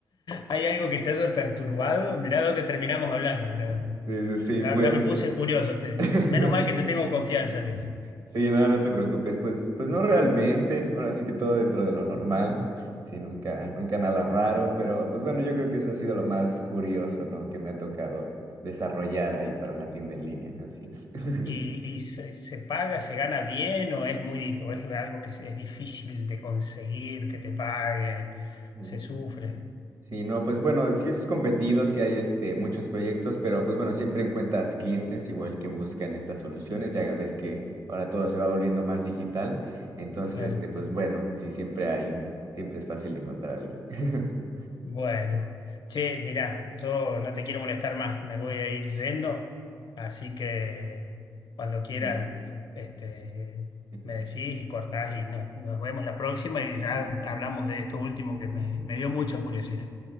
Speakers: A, on the left; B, on the right.
A: hay algo que te haya perturbado? Mirá dónde terminamos hablando. mirá.
B: Sí, sí, sí,
A: Ya,
B: pues.
A: ya me puse curioso. te-
B: <laughs>
A: menos mal que te tengo confianza, Luis.
B: Sí, no, no te preocupes. Pues, pues no realmente. Ahora sí que todo dentro de lo normal. Sí, nunca, nunca nada raro. Pero, pues bueno, yo creo que eso ha sido lo más curioso, ¿no? Que me ha tocado desarrollar ahí para una tienda en línea. Así es. <laughs>
A: ¿Y, y se, se paga, se gana bien o es muy, o es algo que es, es difícil de conseguir, que te paguen?
B: Mm.
A: Se sufre,
B: Sí, no, pues bueno, sí es competido, sí hay este, muchos proyectos, pero pues bueno, siempre encuentras clientes igual que buscan estas soluciones, ya ves que ahora todo se va volviendo más digital, entonces
A: claro.
B: este, pues bueno, sí siempre hay, siempre es fácil encontrar a alguien. <laughs>
A: Bueno, che, mirá, yo no te quiero molestar más, me voy a ir yendo, así que cuando quieras,
B: Sí, sí,
A: este,
B: ujú.
A: me decís y cortás y no- nos vemos la próxima y ya hablamos de esto último que me, me dio mucha curiosidad.